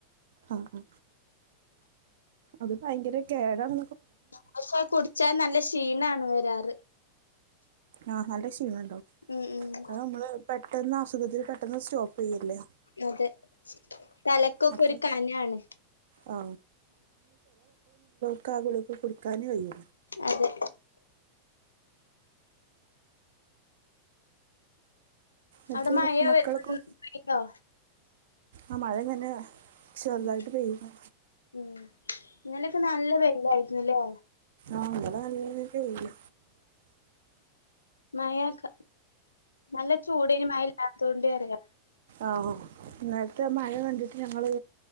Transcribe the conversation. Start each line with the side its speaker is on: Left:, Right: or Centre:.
Right: ആ ആ അത് ഭയങ്കര കേടാണ്
Left: പക്ഷെ കുടിച്ചാ നല്ല- ക്ഷീണാണ് വരാറ്
Right: ആഹ് നല്ല ക്ഷീണം ഉണ്ടാവും
Left: ഉം ഉം
Right: അത് നമ്മള് പെട്ടെന്ന് അസു ത്തിന് <unintelligible> പെട്ടന്ന് സ്റ്റോപ്പ് ചെയ്യല്ലേ
Left: അതെ തലക്കൊക്കെ
Right: അപ്പം
Left: ഒരു കനാണ്.
Right: ആ ഇക്കാദ്യേ ളിക കുടിക്കാനേ വയ്യാ
Left: അതെ
Right: എന്നിട്ട്
Left: അവിടെ മയ
Right: മക്കളൊക്കെ
Left: വെ ഉം പെയ്യ്ണ്ടോ?
Right: അ മഴങ്ങനെ ചേർതായിട്ട്
Left: ഉം
Right: പെയ്യ്ണ്
Left: ഉം ഇന്നലൊക്കെ നല്ല വെയിലായിരുന്ന്ല്ലേ?
Right: ആഹ് ഇവ്ടെ നല്ല വെയ്ലാ
Left: മഴക്ക നല്ല ചൂടേഞ്ഞി മഴല്ലാത്തൊണ്ട് റയാ
Right: ആഹ് ആഹ് ഇന്നൽത്തെ മഴ കണ്ടിട്ട് ഞങ്ങള്